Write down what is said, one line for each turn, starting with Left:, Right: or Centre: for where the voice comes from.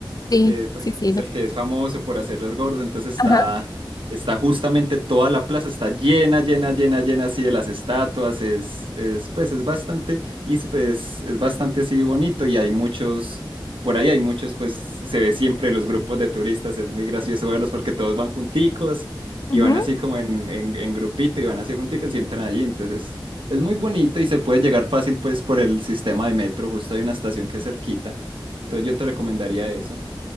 Left: Sí,
Right: que pues,
Left: sí, sí.
Right: es
Left: lo-
Right: el que es famoso por hacer los gordos, entonces está,
Left: Ajá.
Right: está justamente toda la plaza, está llena, llena, llena, llena así de las estatuas, es, es pues es bastante, y se- pues es bastante así bonito y hay muchos, por ahí hay muchos, pues se ve siempre los grupos de turistas, es muy gracioso verlos porque todos van junticos
Left: Ujú.
Right: y van así como en, en, en grupito y van así junticos y entran allí, entonces es muy bonito y se puede llegar fácil pues por el sistema de metro, justo hay una estación que es cerquita, entonces yo te recomendaría eso.